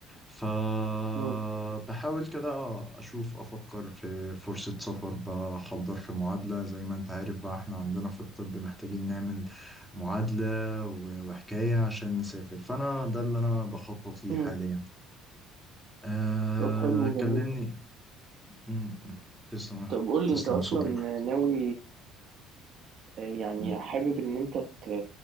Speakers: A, in the centre; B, on the right (about 55°).
A: فبحاول
B: مم.
A: كده أشوف أفكر في فرصة سفر بحضر في معادلة زي ما أنت عارف بقى إحنا عندنا في الطب محتاجين نعمل معادلة و- وحكاية عشان نسافر فأنا ده اللي أنا بخطط ليه
B: مم.
A: حاليا أه
B: طب حلو جميل
A: كلمني م- م. تسلم يا أخ-
B: طب قول
A: تسلم
B: لي أنت أصلا
A: يا صديقي
B: ناوي يعني
A: م.
B: حابب ان انت ت...